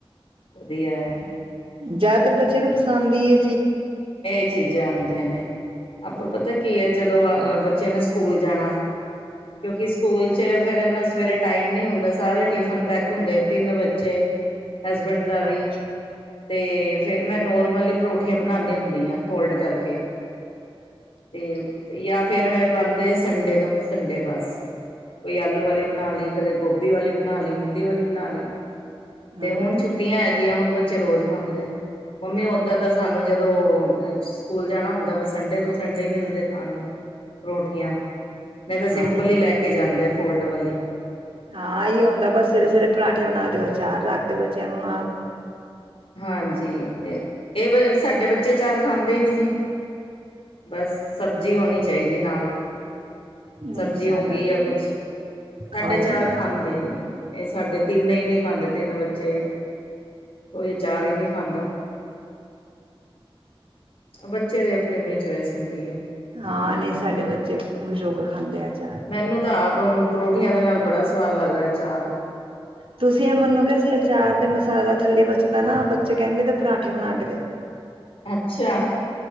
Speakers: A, on the left; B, on the right.
A: ਵਧੀਆ ਹੈ।
B: ਜ਼ਿਆਦਾਤਰ ਬੱਚੇ ਨੂੰ ਪਸੰਦ ਈ ਏ।
A: ਏ ਚੀਜ਼ਾਂ ਆਂਦੀਆਂ ਨੇ, ਆਪਾ ਪਤਾ ਕੀ ਹੈ ਜਦੋ ਅ ਬਚਿਆ ਨੇ ਸਕੂਲ ਜਾਣਾ ਕਿਉਕਿ ਸਕੂਲ ਚ ਫਿਰ ਏਨਾ ਸਵੇਰੇ ਟਾਈਮ ਨੀ ਹੁੰਦਾ ਸਾਰੇ ਟਿਫਨ ਪੈਕ ਹੁੰਦੇ ਤਿੰਨ ਬਚੇ ਹਸਬੈਂਡ ਦਾ ਵੀ
B: ਹਾਂਜੀ
A: ਤੇ ਫੇਰ ਮੈਂ ਨੋਰਮਲੀ ਪਰੋਠ ਠੀਨਆਂ ਬਣਾਦੀ ਹੁੰਦੀਆਂ ਫੋਲਡ ਕਰਕੇ, ਤੇ ਯਾ ਫੇਰ ਬਣਦੇ ਸੰਡੇ, ਤੋਂ ਸੰਡੇ ਬਸ ਕੋਈ ਆਲੂ ਵਾਲੀ ਬਨਾ ਲਈ ਕਦੇ ਗੋਭੀ ਵਾਲੀ ਬਨਾ ਲਈ ਮੂਲੀ ਵਾਲੀ ਬਨਾ ਲਈ ਤੇ
B: ਹਾਂ
A: ਹੁਨ ਛੁੱਟੀਆਂ ਹੈਗੀਆਂ ਹੁਨ ਬਚੇ ਰੋਜ਼ ਮੰਗਦੇ। ਮੰਮੀ ਓਦਨ ਤਾਂ ਸਾਨੂੰ ਜਦੋ ਸਕੂਲ ਜਾਣਾ ਹੁੰਦਾ ਵ ਸੰਡੇ, ਤੋਂ ਸੰਡੇ ਹੀ ਮਿਲਦੇ ਖਾਣ ਨੂੰ ਪਰੌਠੀਆਂ ਨਹੀ ਤਾ
B: ਹਾਂ
A: ਸਿੰਪਲ ਹੀ ਲੈ ਕੇ ਜਾਂਦੇ ਫੋਲਡ ਵਾਲੀ
B: ਹਾਂ ਆਯੋ ਬਸ ਸਵੇਰੇ-ਸਵੇਰੇ ਪਰਾਂਠੇ ਬਨਾ ਦਿਓ ਅਚਾਰ ਰੱਖ ਦਿਓ ਬੱਚਿਆਂ ਨੂੰ ਨਾਲ
A: ਹਾਂਜੀ ਇਹ ਸਾਡੇ ਬਚੇ ਚਾਰ ਖਾਂਦੇ ਹੀ ਨਹੀ। ਬਸ ਸਬਜ਼ੀ ਹੋਣੀ ਚਾਹੀਦੀ ਨਾਲ
B: ਨਹੀਂ
A: ਸਬਜ਼ੀ
B: ਸਾਡਾ
A: ਹੋ ਗਈ
B: ਤੇ
A: ਆ ਕੁਛ, ਸਾਡੇ
B: ਖਾ
A: ਚਾਰ
B: ਲੈਂਦਾ
A: ਖਾਂਦੇ
B: ਅਚਾਰ
A: ਹੀ ਨੀ ਇਹ ਸਾਡੇ ਤਿੰਨ ਹੀ ਨੇ ਖਾਂਦੇ ਤਿੰਨ ਬੱਚੇ ਆ ਕੋਈ ਅਚਾਰ ਹੀ ਨਹੀਂ ਖਾਂਦਾ। ਬੱਚਿਆਂ ਦੀ ਆਪਨੀ-ਆਪਨੀ ਚੁਆਇਸ ਹੁੰਦੀ ਹੈ।
B: ਹਾਂ ਨਹੀਂ ਸਾਡੇ ਬੱਚੇ ਖੁਸ਼ ਹੋਕੇ ਖਾਂਦੇ ਆ। ਅਚਾਰ
A: ਮੈਨੂੰ ਤਾ ਆਪ ਅ ਪਰੋਠੀਆਂ ਦੇ ਨਾਲ ਬੜਾ ਸਵਾਦ ਲੱਗਦਾ ਹੈ ਆਚਾਰ
B: ਤੁਸੀ ਏਹ ਮੰਨੋਗੇ ਅਸੀ ਅਚਾਰ ਦੇ ਮਸਾਲਾ ਥੱਲੇ ਬਚਦਾ ਨਾ ਬੱਚੇ ਕਹਿਣਗੇ ਏਦੇ ਪਰਾਂਠੇ ਬਣਾ ਕੇ ਦੇ
A: ਅੱਛਾ,